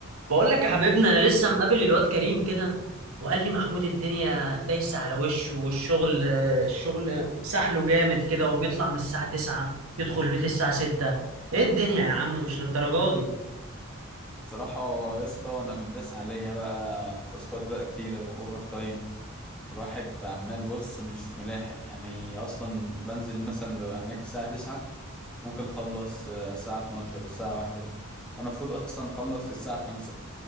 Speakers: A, on the right; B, in the centre.
A: بقول لك يا حبيبنا انا لسه مقابل الواد كريم كده وقال لي محمود الدنيا دايسه على وشه والشغل الشغل سحله جامد كده وبيطلع من الساعه 9 يدخل البيت الساعه 6 ايه الدنيا يا عم مش للدرجه دي
B: صراحة يا اسطى أنا متداس عليا بقى في تاسكات بقى كتيرة وأوفر تايم الواحد عمال بص مش ملاحق يعني أصلا بنزل مثلا ببقى هناك الساعة تسعة ممكن أخلص آه، الساعة اتناشر والساعة واحدة وأنا المفروض أصلا أخلص الساعة خمسة